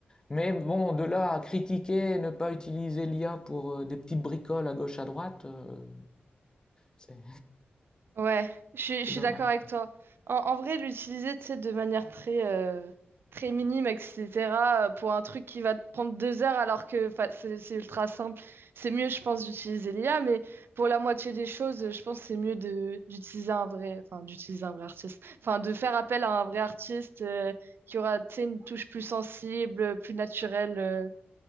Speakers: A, on the left (about 20°); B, on the right (about 65°).
A: Mais bon, de là à critiquer, ne pas utiliser l'IA pour, heu, des petites bricoles à gauche à droite, heu, c'est
B: Ouais, je suis,
A: c'est
B: je suis
A: dommage.
B: d'accord avec toi. En, en vrai, l'utiliser, tu sais, de manière très, euh, très minime, etc., euh, pour un truc qui va te prendre deux heures alors que 'fin, c'est c'est ultra simple. C'est mieux, je pense, d'utiliser l'IA, mais pour la moitié des choses, je pense que c'est mieux de d'utiliser un vrai, enfin, d'utiliser un vrai artiste. Enfin, de faire appel à un vrai artiste euh, qui aura, tu sais, une touche plus sensible, plus naturelle euh,